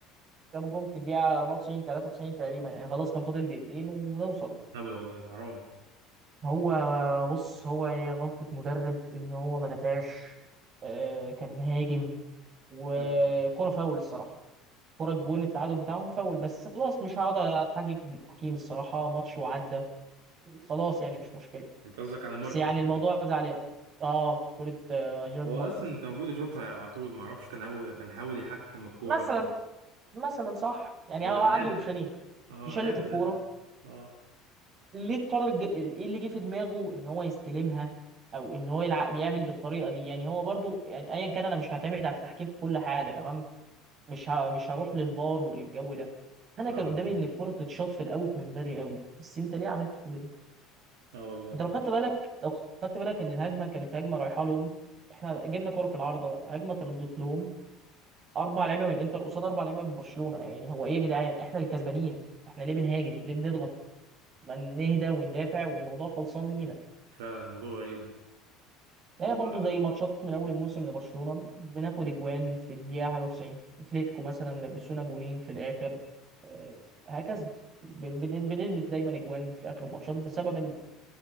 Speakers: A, on the right (about 45°); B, on the right (about 80°).
A: جابوا جون في الدقيقة 94 93 تقريبا يعني خلاص كان فاضل دقيقتين ونوصل
B: هبل والله حرام
A: هو بص هو هي غلطة مدرب ان هو ما دافعش آه، كان هاجم وكرة
B: فعلا
A: فاول الصراحة كرة الجون التعادل بتاعهم فاول بس خلاص مش هقعد اتحجج بالتحكيم الصراحة ماتش وعدى خلاص يعني مش مشكلة
B: انت قصدك على مارتن
A: بس يعني الموضوع زعلان اه كرة آه، جيرارد
B: هو
A: مارتن
B: اصلا كان المفروض يشوطها على طول ما اعرفش كان اول كان حاول يحكم الكوره
A: مثلا
B: <laughs>
A: مثلا صح يعني
B: هو
A: هو
B: لعب
A: عنده اوبشنين
B: اه
A: يشلت
B: لعب
A: الكوره
B: حلو اه
A: ليه قرر ج- ايه اللي جه في دماغه ان هو يستلمها او ان هو يلعب يعمل بالطريقه دي يعني هو برضو يعني ايا كان انا مش هعتمد على التحكيم في كل حاجه تمام مش ه... مش هروح للفار والجو ده انا
B: فاهم
A: كان قدامي ان الكوره تتشاط في الاوت من بدري قوي بس انت ليه عملت كل ده
B: اه والله
A: انت لو خدت بالك لو خدت بالك ان الهجمه كانت هجمه رايحه لهم احنا جبنا كوره في العارضه هجمه تردت لهم اربع لعيبه من الانتر قصاد اربع لعيبه من برشلونه يعني هو ايه يا جدعان احنا الكسبانين احنا ليه بنهاجم ليه بنضغط ما نهدى وندافع والموضوع خلصان لينا
B: فعلا الموضوع غريب
A: هي
B: و...
A: برضه زي ماتشات من اول الموسم لبرشلونه بناخد اجوان في الدقيقه حاجه 90 اتلتيكو مثلا لبسونا جونين في الاخر آه، هكذا بن- بن- بنلبس دايما اجوان في اخر الماتشات بسبب إن-